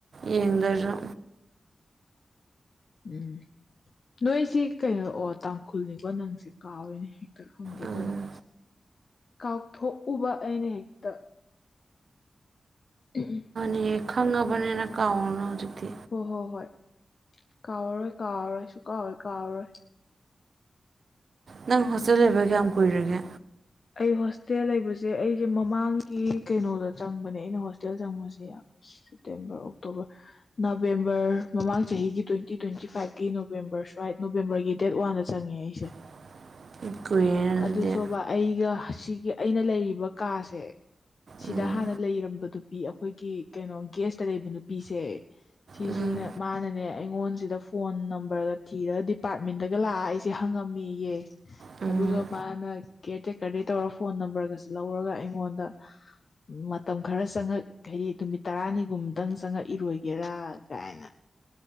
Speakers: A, on the right; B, on the left.
A: ꯌꯦꯡꯗꯖꯨ
B: ꯎꯝ ꯅꯣꯏꯁꯤ ꯀꯩꯅꯣꯑꯣ ꯇꯥꯡꯈꯨꯜꯅꯤꯀꯣ ꯅꯪꯁꯦ ꯀꯥꯎꯔꯦꯅꯦ ꯍꯦꯛꯇ ꯍꯪꯒꯦ
A: ꯎꯝ
B: ꯇꯧꯕ ꯀꯥꯎꯊꯣꯛꯎꯕ ꯑꯩꯅ ꯍꯦꯛꯇ ꯎꯝ ꯍꯝ
A: ꯑꯦ ꯈꯪꯉꯕꯅꯤꯅ ꯀꯥꯎꯔꯣꯅꯨ ꯍꯧꯖꯤꯛꯇꯤ
B: ꯍꯣꯏ ꯍꯣꯏ ꯍꯣꯏ ꯀꯥꯎꯔꯔꯣꯏ ꯀꯥꯎꯔꯔꯣꯏ ꯁꯨꯀꯥꯎ ꯍꯦꯛ ꯀꯥꯎꯔꯔꯣꯏ
A: ꯅꯪ ꯍꯣꯁꯇꯦꯜ ꯂꯩꯕ ꯀꯌꯥꯝ ꯀꯨꯏꯔꯒꯦ
B: ꯑꯩ ꯍꯣꯁꯇꯦꯜ ꯂꯩꯕꯖꯦ ꯑꯩꯖꯦ ꯃꯃꯥꯡꯒꯤ ꯀꯩꯅꯣꯗ ꯆꯪꯕꯅꯦ ꯑꯩꯅ ꯍꯣꯁꯇꯦꯜ ꯆꯪꯕꯁꯦ ꯌꯥꯝ ꯁꯦꯞꯇꯦꯝꯕꯔ ꯑꯣꯛꯇꯣꯕꯔ ꯅꯕꯦꯝꯕꯔ ꯃꯃꯥꯡ ꯆꯍꯤꯒꯤ ꯇ꯭ꯋꯦꯟꯇꯤ ꯇ꯭ꯋꯦꯟꯇꯤ ꯐꯥꯏꯚꯀꯤ ꯅꯣꯕꯦꯝꯕꯔ ꯁ꯭ꯋꯥꯏ ꯅꯣꯕꯦꯝꯕꯔꯒꯤ ꯗꯦꯠ ꯋꯥꯟꯗ ꯆꯪꯉꯦ ꯑꯩꯁꯦ
A: <inaudible> ꯀꯨꯏꯔꯦꯅ
B: ꯑꯗꯨ
A: ꯑꯗꯨꯗꯤ
B: ꯁꯨꯕ ꯑꯩꯒ ꯁꯤꯒꯤ ꯑꯩꯅ ꯂꯩꯔꯤꯕ ꯀꯥꯁꯦ ꯁꯤꯗ
A: ꯎꯝ
B: ꯍꯥꯟꯅ ꯂꯩꯔꯝꯕ ꯅꯨꯄꯤ ꯑꯩꯈꯣꯏꯒꯤ ꯀꯩꯅꯣ ꯒꯦꯁꯇ ꯂꯩꯕ ꯅꯨꯄꯤꯁꯦ ꯁꯤꯁꯨꯅꯦ
A: ꯎꯝ
B: ꯃꯥꯅꯅꯦ ꯑꯩꯉꯣꯟꯁꯤꯗ ꯐꯣꯟ ꯅꯝꯕꯔꯒ ꯊꯤꯔꯒ ꯗꯤꯄꯥꯔꯠꯃꯦꯟꯗꯒ ꯂꯥꯛꯑ ꯑꯩꯁ ꯇꯦ ꯍꯪꯉꯝꯃꯦꯌꯦ
A: ꯎꯝ
B: ꯑꯗꯨꯒ ꯃꯥꯅ ꯀꯦꯇ꯭ꯔꯦꯛ ꯀ ꯇꯧꯔ ꯐꯣꯟ ꯅꯝꯕꯔꯒꯁꯤ ꯂꯧꯔꯒ ꯑꯩꯉꯣꯟꯗ ꯃꯇꯝ ꯈꯔ ꯆꯪꯉꯛ ꯍꯥꯏꯗꯤ ꯅꯨꯃꯤꯠ ꯇꯔꯥꯅꯤꯒꯨꯝꯗꯪ ꯆꯪꯉꯛꯏꯔꯣꯏꯒꯦꯔꯥ ꯀꯥꯏꯅ